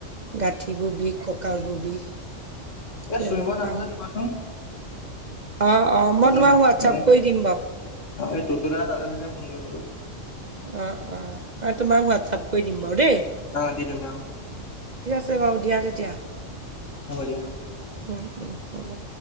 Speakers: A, on the right (about 40°); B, on the left (about 75°).
A: গাঁঠিবোৰ বিষ কঁকালবোৰ বিষ
B: এ
A: তেনেকুৱা
B: চুইমৰ নাম্বাৰটো
A: হয়
B: দিবাচোন।
A: অ অ মই তোমাক
B: নাই
A: হোৱাটছআপ কৰি দিম বাৰু
B: এই ততো তাতে থাকে। ফোন কৰিপালো
A: অ অ কাৰণ তোমাক হোৱাটছপ কৰি দিম। বাৰু দেই
B: অ দি দিম আও।
A: হব বাৰু দিয়া তেতিয়া
B: দিয়া
A: উম উম হ'ব।